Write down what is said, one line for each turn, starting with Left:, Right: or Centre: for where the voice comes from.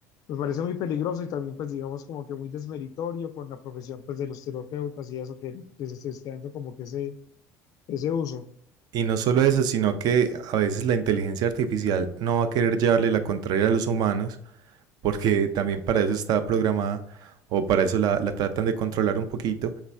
Left: me parece muy peligroso y también pues digamos como que muy desmeritorio con la profesión pues de los terapeutas y eso que, que se esté dando como que ese, ese uso.
Right: y no solo eso, sino que a veces la inteligencia artificial no va a querer llevarle la contraria a los humanos, porque también para eso está programada o para eso la, la tratan de controlar un poquito.